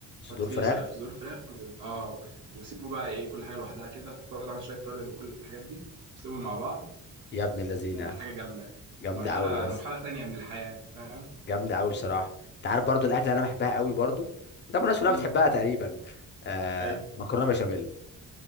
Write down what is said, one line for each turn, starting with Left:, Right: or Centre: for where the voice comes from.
Left: صدور
Right: حط فيه
Left: فراخ
Right: س- في صدور فراخ و... اه وسيبه بقى ايه كل حاجه لوحدها كده حط بقى طبعا شويه توابل وكل الحاجات دي وسيبهم مع بعض
Left: يا ابن اللذينه
Right: آه، حاجه جامده يعني
Left: جامده
Right: مرحله
Left: قوي يا
Right: مرحله
Left: اسطى
Right: تانية من الحياه فاهم
Left: جامده قوي بصراحه انت عارف برضو الاكل اللي انا بحبها قوي برضو طبعا الناس كلها
Right: امم
Left: بتحبها تقريبا آه
Right: اي
Left: مكرونه بشاميل